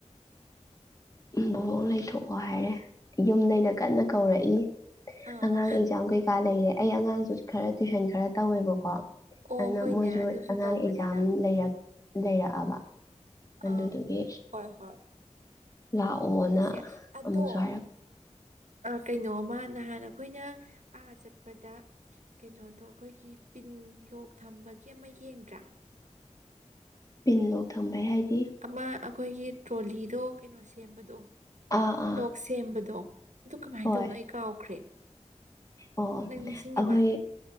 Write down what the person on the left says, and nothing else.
ꯎ ꯕꯋꯣꯡ ꯂꯩꯊꯣꯛꯑꯣ ꯍꯥꯏꯔꯦ ꯌꯨꯝꯗꯩꯅ ꯀꯟꯅ ꯀꯧꯔꯛꯏ
ꯑꯉꯥꯡ ꯑꯦꯛꯖꯥꯝ ꯀꯩꯀꯥ ꯂꯩꯔꯦ ꯑꯩ ꯑꯉꯥꯡꯁꯨ ꯈꯔ ꯇꯨꯏꯁꯟ ꯈꯔ ꯇꯧꯋꯦꯕꯀꯣ
ꯑꯗꯨꯅ
ꯃꯣꯏꯁꯨ
ꯑꯉꯥꯡ
ꯑꯦꯛꯖꯥꯝ ꯂꯩꯔꯛ ꯂꯩꯔꯛꯑꯕ
ꯑꯗꯨꯗꯨꯒꯤ
ꯂꯥꯛꯑꯣꯅ
ꯑꯃꯨꯛꯁꯨ ꯍꯥꯏꯔꯛ
ꯄꯤꯟ ꯂꯣꯛ ꯊꯝꯕꯩ ꯍꯥꯏꯗꯤ
ꯑꯥ ꯑꯥ
ꯍꯣꯏ
ꯑꯣ
ꯑꯩꯈꯣꯏ